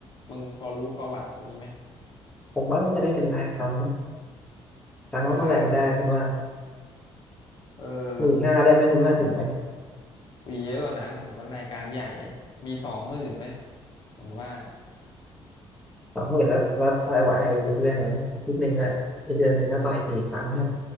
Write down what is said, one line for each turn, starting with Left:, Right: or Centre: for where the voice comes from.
Left: มึงพอรู้ประวัติคนนี้ไหม
Centre: ผมว่าน่าจะได้เป็นรายครั้งมั้งครั้งละเท่าไหร่ก็ได้คุณว่า
Left: อ๋อเป็นรายครั้งเออ
Centre: หมื่นห้าได้ไหมคุณว่าถึงไหม
Left: วีเยอะกว่านั้นผมว่ารายการใหญ่มีสองหมื่นไหมผมว่า
Centre: สองหมื่นแล้วแล้วอะไรวะไอ้เขาเรียกไงนั้นอาทิตย์หนึ่งอะในเดือนหนึ่งก็ต่อยสี่ครั้งเนี่ย